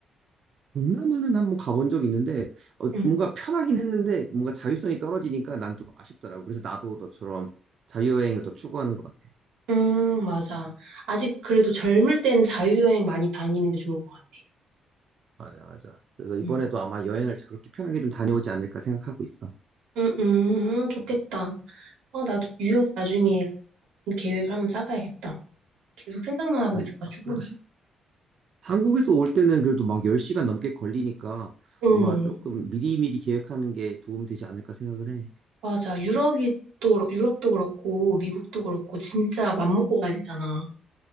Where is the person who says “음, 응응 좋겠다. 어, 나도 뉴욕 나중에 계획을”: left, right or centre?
Right